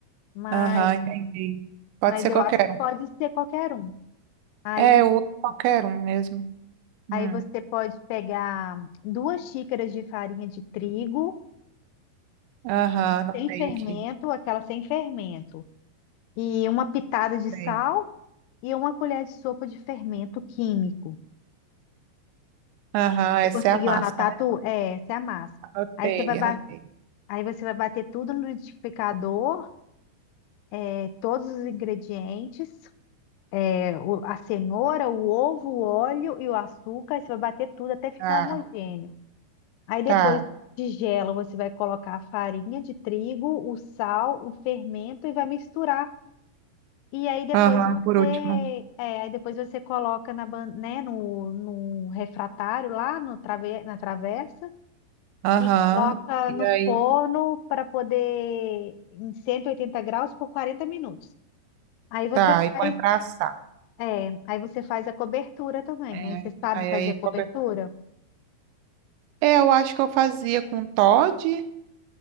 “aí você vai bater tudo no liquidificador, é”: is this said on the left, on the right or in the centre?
Left